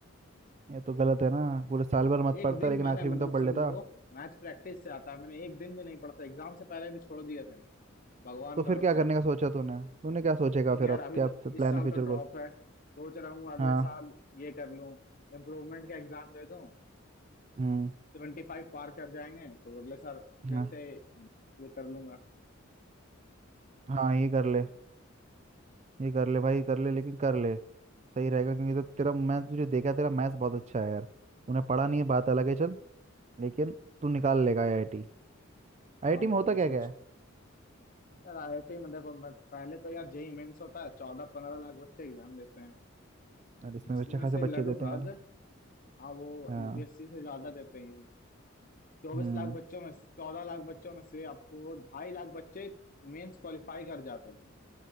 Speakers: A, on the right (about 35°); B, on the left (about 45°).
A: ये तो गलत है ना पूरे साल भर मत
B: एक
A: पढ़ता
B: दिन
A: लेकिन
B: मैंने
A: आखिरी
B: मतलब
A: में तो पढ़
B: समझो
A: लेता
B: मैथ्स प्रैक्टिस से आता है मैंने एक दिन भी नहीं पढ़ा था एग्जाम से पहले भी छोड़ दिए थे भगवान
A: तो फिर
B: भरोसे
A: क्या करने का सोचा तूने तूने क्या सोचेगा
B: एक
A: फिर
B: यार
A: अब
B: अभी
A: क्या
B: तो इस
A: प्लान
B: साल
A: है फ्यूचर
B: तो ड्रॉप
A: गोल
B: है सोच रहा हूँ अगले
A: हाँ
B: साल ये कर लूँ इम्प्रूवमेंट का एग्जाम दे दूं
A: हम्म
B: सेवेंटी फाइव पार कर जाएंगे तो अगले साल फिर
A: हाँ
B: से ये कर लूंगा
A: हाँ ये कर ले ये कर ले भाई कर ले लेकिन कर ले सही रहेगा क्योंकि तो तेरा मैं तुझे देखा तेरा मैथ्स बहुत अच्छा है यार तूने पढ़ा नहीं है बात अलग है चल लेकिन तू निकाल लेगा आईआईटी
B: हाँ
A: आईआईटी में
B: भाई
A: होता क्या
B: सोच
A: क्या है
B: यार आईआईटी में देखो मैं पहले तो यार जेई मेंस होता है चौदह पंद्रह लाख बच्चे एग्जाम देते हैं
A: और इसमें
B: जिसमें
A: भी अच्छे खासे
B: से लगभग
A: बच्चे देते हैं यार
B: हाँ वो
A: हाँ
B: यूपीएससी से ज्यादा देते हैं चौबीस
A: हम्म
B: लाख बच्चों में चौदह लाख बच्चों में से आपको ढाई लाख बच्चे मेंस क्वालिफाई कर जाते हैं